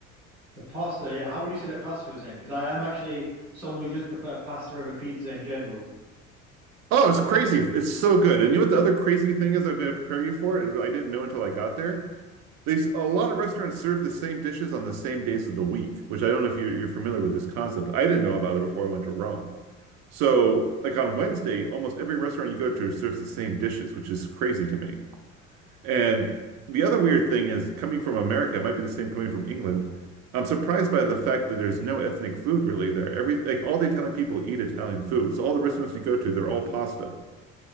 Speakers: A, on the right; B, on the right.
A: The pasta, yeah. How would you say the pasta is in? Because I am actually someone who does prefer pasta over pizza in general.
B: Oh, it's crazy! It's so good. And you know what the other crazy thing is? I'm going to prepare you for it. I didn't know until I got there. They a lot of restaurants serve the same dishes on the same days of the week, which I don't know if you, you're familiar with this concept. I didn't know about it before I went to Rome. So, like on Wednesday, almost every restaurant you go to serves the same dishes, which is crazy to me. And the other weird thing is coming from America, it might be the same coming from England. I'm surprised by the fact that there's no ethnic food really there. Every like all the Italian people eat Italian food. So all the restaurants you go to, they're all pasta.